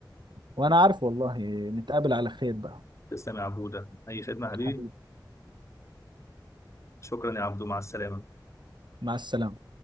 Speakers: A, on the right (about 80°); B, on the left (about 40°).
A: وأنا عارف والله نتقابل على خير بقى
B: تسلم يا عبودة أي خدمة يا حبيبي
A: حبيبي
B: شكرا يا عبدو مع السلامة
A: مع السلامة